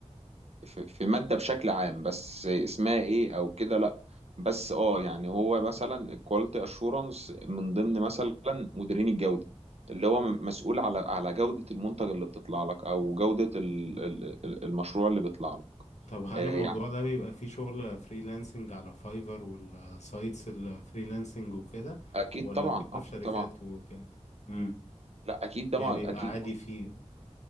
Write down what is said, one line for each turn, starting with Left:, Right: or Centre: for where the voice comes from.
Right: في, في ماده بشكل عام بس اسمها ايه او كده لا بس اه يعني هو مثلا الكواليتي اشورنس من ضمن مثلا مديرين الجوده اللي هو م- مسؤول على على جوده المنتج اللي بتطلع لك او جوده ال- ال- ال- المشروع اللي بيطلع لك
Left: طب هل
Right: آه،
Left: الموضوع
Right: يعني
Left: ده بيبقى فيه شغل فريلانسنج على فايفر والسايتس الفريلانسنج وكده
Right: اكيد
Left: ولا
Right: طبعا
Left: بيبقى
Right: اكيد
Left: في شركات
Right: طبعا
Left: وكده امم
Right: لا اكيد ده
Left: يعني
Right: ما-
Left: بيبقى
Right: اكيد
Left: عادي فيه